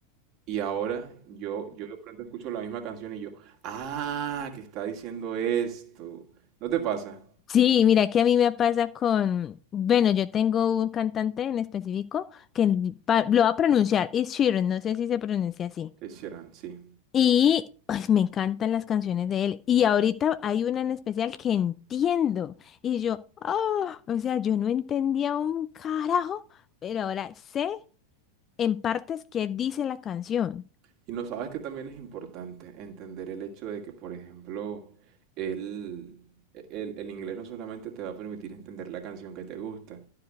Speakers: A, on the right; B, on the left.
A: y ahora yo, yo de pronto escucho la misma canción y yo, ah, que está diciendo esto. ¿No te pasa?
B: Sí, mira que a mí me pasa con, bueno, yo tengo un cantante en específico que n- pa- lo va a pronunciar, es Sheeran, no sé si se pronuncia así.
A: Es Sheeran, sí,
B: Y ay, me encantan las canciones de él. Y ahorita hay una en especial que entiendo. Y yo, ah, o sea, yo no entendía un carajo, pero ahora sé en partes qué dice la canción.
A: Y no sabes que también es importante entender el hecho de que, por ejemplo, el, el, el inglés no solamente te va a permitir entender la canción que te gusta,